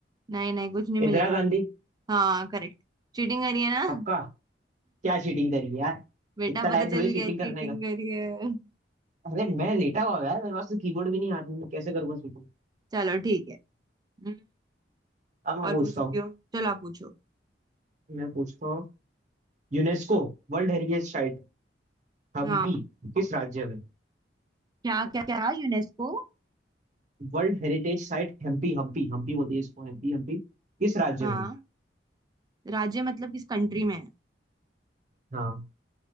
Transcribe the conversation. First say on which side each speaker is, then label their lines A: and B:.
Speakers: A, on the right (about 20°); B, on the right (about 40°).
A: नहीं नहीं कुछ नहीं मिलेगा
B: इंदिरा गांधी
A: हाँ करेक्ट चीटिंग करी है ना
B: पक्का क्या चीटिंग करी है यार
A: बेटा
B: इतना टाइम
A: पता
B: थोड़ी
A: चल
B: चीटिंग
A: गया चीटिंग
B: करने का
A: करी है
B: अरे मैं लेटा हुआ हूँ यार मेरे पास तो कीबोर्ड भी नहीं हाथ में मैं कैसे करूंगा चीटिंग
A: चलो ठीक है हम्म,
B: अब मैं
A: और
B: पूछता
A: पूछती
B: हूँ
A: हूँ चलो आप पूछो
B: मैं पूछता हूँ UNESCO world heritage site Hampi
A: हाँ
B: किस राज्य में
A: क्या क्या क्या यूनेस्को
B: World heritage site Hampi Hampi Hampi बोलती है इसको हम्पी हम्पी किस राज्य
A: हाँ
B: में
A: राज्य मतलब किस कंट्री में है
B: हाँ